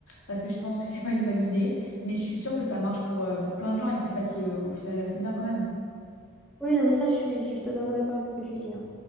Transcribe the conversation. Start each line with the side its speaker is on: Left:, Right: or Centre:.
Left: Parce que je pense que <laughs> c'est pas une bonne idée. Mais je suis sûre que ça marche pour, euh, pour plein de gens. Et c'est ça qui est euh, au final assez bien quand même.
Centre: Oui, non, mais ça, je suis, je suis totalement d'accord avec ce que tu dis. hein.